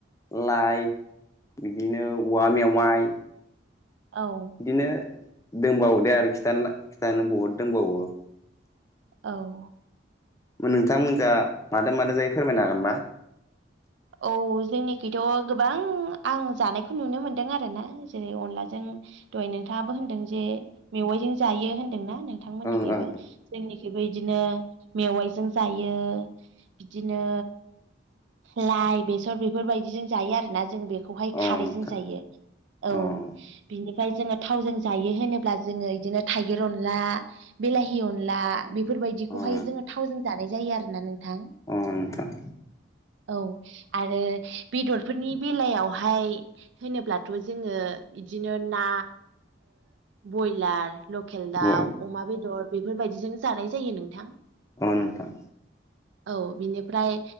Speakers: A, on the left; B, on the right.
A: लाइ बिदिनो औवा मेवाइ
B: औ
A: बिदिनो दंबावो दे आरो खिथानो खिथानो बहुद दंबावो।
B: औ
A: नोंथांमोनजा मादों मादों जायो फोरमायनो हागोनबा?
B: औ जोंनिखैथ' गोबां आं जानायखौ नुनो मोनदों आरोना जेरै अनलाजों दहाय नोंथाङाबो होनदों जे मेवाइजों जायो होनदोंना नों थांमोननिखैबो
A: ओं
B: जोंनिखैबो बिदिनो मेवाइजों जायो बिदिनो लाइ बेसर बेफोरबायदिजों जायो आरो ना जों बेखौहाय
A: ओं
B: खारैजों
A: ओं अ नोंथां
B: जायो औ
A: अ
B: बिनिफ्राय जोङो थावजों जायो होनोब्ला जोङो बिदिनो थाइगिर अनला बेलाहि अनला बेफोरबायदिखौहाय
A: अ
B: जोङो थावजों जानाय जायो आरोना नोंथां।
A: औ नोंथां‌।
B: औ आरो बेदरफोरनि बेलायावहाय होनोब्लाथ' जोङो बिदिनो ना बयलार लकेल दाउ
A: अ
B: अमा बेदर बेफोरबायदिजों जानाय जायो नोंथां
A: औ नोंथां।
B: औ बिनिफ्राय